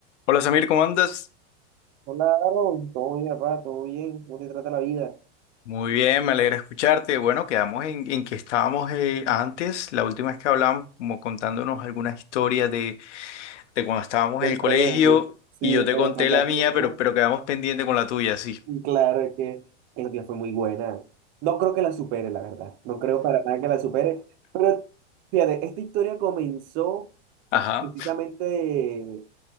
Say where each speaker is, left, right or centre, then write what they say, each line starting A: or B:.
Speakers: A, on the left; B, on the right.
A: Hola Samir, ¿cómo andas?
B: Hola, Aaron. Todo bien, papá, todo bien. ¿Cómo te trata la vida
A: Muy bien, me alegra escucharte. Bueno, quedamos en, en que estábamos eh, antes, la última vez que hablamos, como contándonos algunas historias de, de cuando estábamos
B: del
A: en el
B: colegio?
A: colegio
B: Sí,
A: y yo te
B: que
A: conté
B: me contaste
A: la mía,
B: esa.
A: pero, pero quedamos pendiente con la tuya, sí.
B: Y claro, es que el día fue muy buena. No creo que la supere, la verdad. No creo para nada que la supere. Pero fíjate, esta historia comenzó
A: Ajá.
B: precisamente.